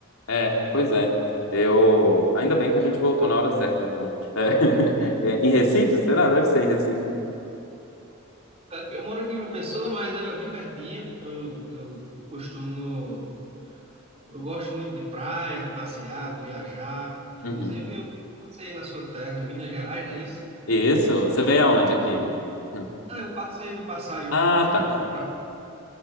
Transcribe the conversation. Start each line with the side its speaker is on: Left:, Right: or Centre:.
Left: É, pois é. Eu. Ainda bem que a gente voltou na hora certa, então. É. <laughs> É, em Recife, será? Deve ser em Recife, né?
Right: Aqui- Eu moro aqui em João Pessoa, mas é bem pertinho. Eu, eu costumo, eu gosto muito de praia, de passear, de viajar. Inclusive,
Left: Uhum.
Right: eu passei na sua terra, em Minas Gerais, não é isso?
Left: Isso. Você veio aonde aqui? Hum.
Right: Ah, eu passei de passagem
Left: Ah,
Right: mesmo,
Left: tá.
Right: que eu fui para